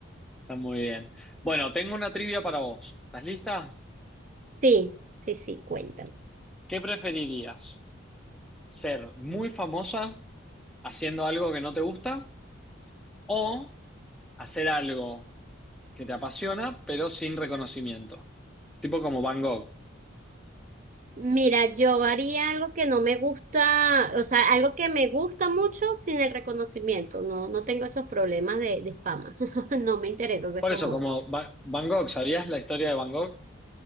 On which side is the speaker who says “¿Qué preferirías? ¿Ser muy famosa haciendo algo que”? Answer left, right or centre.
Centre